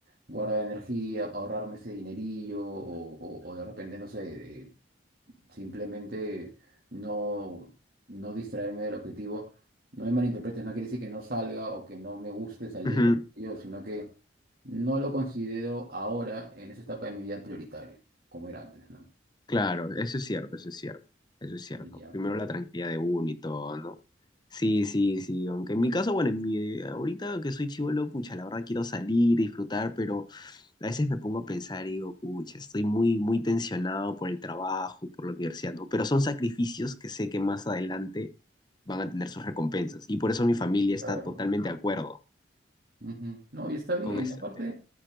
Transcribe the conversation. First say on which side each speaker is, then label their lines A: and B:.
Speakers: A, on the right; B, on the left.
A: guardar energía, ahorrarme ese dinerillo o, o- o de repente, no sé, eh, simplemente no, no distraerme del objetivo. No me malinterpretes, no quiere decir que no salga o que no me guste salir
B: Ujú.
A: yo, sino que no lo considero ahora en esa etapa de mi vida prioritario, como era antes, ¿no?
B: Claro, eso es cierto, eso es cierto, eso es cierto.
A: Y ya,
B: Primero
A: pues,
B: la tranquilidad de uno y todo, ¿no? Sí, sí, sí, aunque en mi caso, bueno, en mi- eh, ahorita que soy chivolo, pucha, la verdad quiero salir, disfrutar, pero a veces me pongo a pensar y digo, pucha, estoy muy, muy tensionado por el trabajo, por la universidad, ¿no? Pero son sacrificios que sé que más adelante van a tener sus recompensas y por eso mi familia está
A: claro.
B: totalmente de acuerdo
A: Ujú. No, y está bien.
B: con esto.
A: Y aparte,